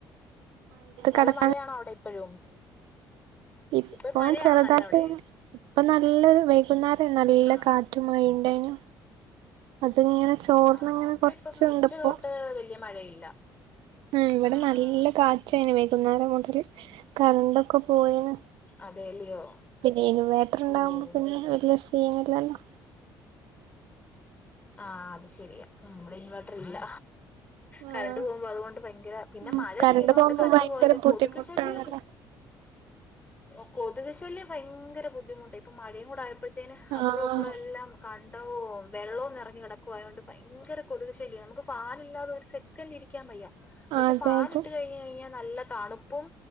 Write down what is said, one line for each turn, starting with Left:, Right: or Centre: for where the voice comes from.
Left: നല്ല
Right: കിടക്കാൻ
Left: മഴയാണോ അവിടെ ഇപ്പഴും
Right: ഇപ്പൊ
Left: ഇപ്പം മഴയാണോ
Right: ചെറുതായിട്ടിങ്ങനെ
Left: നല്ല അവിടെ
Right: ഇപ്പ നല്ലോരു വൈകുന്നേരം നല്ല
Left: ആഹ്
Right: കാറ്റും റ്റും മഴയുണ്ടായിനു അതിങ്ങനെ ചോർന്ന്
Left: ആണോ
Right: ഇങ്ങനെ
Left: ഇവിടെ
Right: കൊറച്ചുണ്ടിപ്പോ
Left: ഇപ്പം ഉച്ച തൊട്ട് വലിയ മഴയില്ല
Right: ഉം ഇവിടെ
Left: ആഹ്
Right: നല്ല
Left: ആഹ്
Right: കാറ്റായിന് വൈകുന്നേരം മുതല് കറണ്ടൊക്കെ പോയേന്
Left: അതെല്ലിയോ
Right: പിന്നെ ഇൻവേട്ടർ
Left: ഓഹ്
Right: ഉണ്ടാവുമ്പോ പിന്നെ വലിയ സീനില്ലല്ലോ
Left: ആഹ് അത് ശരിയാ ഉം ഇവിടെ ഇൻവേട്ടറില്ല കറണ്ട്
Right: ആഹ്
Left: പോകുമ്പോ അതുകൊണ്ട് ഭയങ്കര പിന്നെ
Right: ഉം
Left: മഴ
Right: കറണ്ട്
Left: പെയ്യുന്നോണ്ട്
Right: പോകുമ്പോ
Left: കറണ്ട്
Right: ഭയങ്കര
Left: പോയല്
Right: ബുദ്ധിമുട്ടാണല്ലോ
Left: കൊതുക് ശല്യം ഓ കൊതുക് ശല്യം ഭയങ്കെര ബുദ്ധിമുട്ട ഇപ്പൊ മഴയും കൂടെ ആയപ്പെത്തേന് അപ്പ്റോം
Right: ആഹ്
Left: ഇപ്പ്റോം എല്ലാം കണ്ടവോം വെള്ളോം നെർഞ് കെടക്കോയോണ്ട് ഭയങ്കര കൊതുക് ശല്ല്യണ് ന്നമുക്ക് ഫാനില്ലാതെ ഒരുസെക് ക്കെന്റ് ഇരിക്കാൻ വയ്യ. പക്ഷെ
Right: അതെ
Left: ഫാൻ
Right: അതെ
Left: ഇട്ട് കഴിഞ് കഴിഞ്ഞാൽ ന്നല്ലെ തണുപ്പും